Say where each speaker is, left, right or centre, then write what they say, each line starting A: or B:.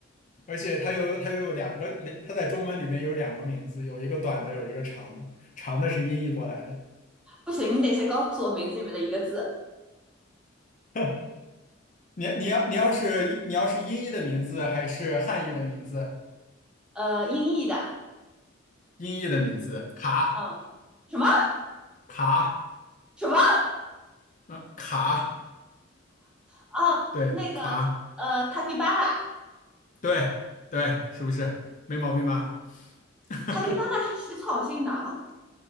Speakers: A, on the left (about 40°); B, in the centre.
A: 而且它有它又有两个，两它在中文里面有两个名字，有一个短的，有一个长的，长的是音译过来的。
B: 不行，你得先告诉我名字里面的一个字。
A: <laughs> 你你要你要是你要是音译的名字还是汉译的名字？
B: 呃，音译的，
A: 音译的名字，卡
B: 嗯，什么
A: 卡，
B: 什么
A: 嗯，卡，
B: 啊？
A: 对，
B: 那个
A: 卡，
B: 呃，塔皮巴拉，
A: 对对，是不是？没毛病吧？<laughs>
B: 塔皮巴拉是食草性的啊。